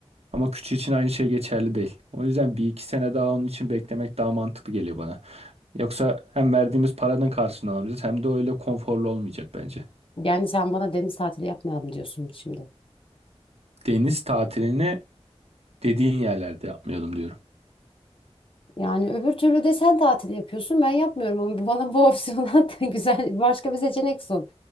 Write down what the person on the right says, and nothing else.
Ama küçüğü için aynı şey geçerli değil. O yüzden bir iki sene daha onun için beklemek daha mantıklı geliyor bana. Yoksa hem verdiğimiz paranın karşılığını alamayacağız hem de öyle konforlu olmayacak bence.
Deniz tatilini dediğin yerlerde yapmayalım diyorum.